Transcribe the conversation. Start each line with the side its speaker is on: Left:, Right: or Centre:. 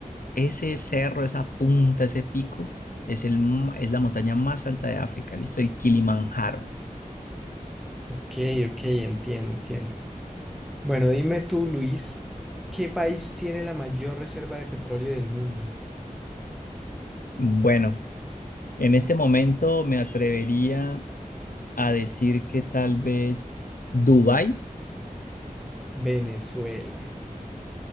Left: Ese cerro, esa punta, ese pico, es, el, ma- es la montaña más alta de África. Listo, el Kilimanjaro.
Centre: Ok, ok, entiendo, entiendo. Bueno, dime tú, Luis, ¿qué país tiene la mayor reserva de petróleo del mundo?
Left: Bueno, en este momento me atrevería a decir que tal vez Dubái.
Centre: Venezuela.